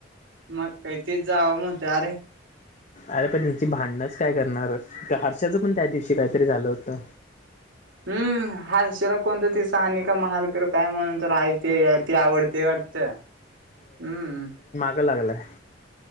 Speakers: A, on the right; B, on the left.
A: मग काय तेचं जावं म्हणतोय अरे
B: अरे पण हेची भांडणच काय करणार त्या हर्षाच पण त्या दिवशी काहीतरी झालं होतं.
A: हम्म हारशेला कोणत तर साहानिक महालकर काय म्हणून तर हाईत ते ते आवडते वाटत. हम्म
B: ग लागलायं.